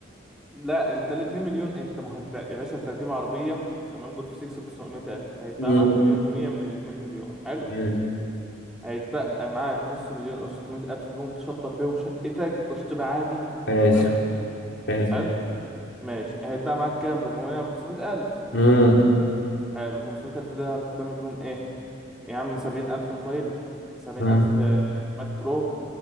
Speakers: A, in the centre; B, on the left.
A: لا انت ال 2 مليون انت ما هو انت يا باشا انت هتجيب عربية تمام جولف 6 ب 900000 فهيتبقى
B: مم.
A: معاك مليون و100 من ال 2 مليون حلو
B: حلو
A: هيتبقى معاك نص مليون او 600000 بيهم تشطب بيهم شقتك تشطيب عادي
B: حلو
A: تمام
B: حلو
A: حلو ماشي هيتبقى معاك كام 400 او 500000
B: مم.
A: حلو 500000 ده هتروح تعمل بيهم ايه؟ يا عم سبعين ألف موبايل سبعين
B: مم.
A: ألف آه، ماك برو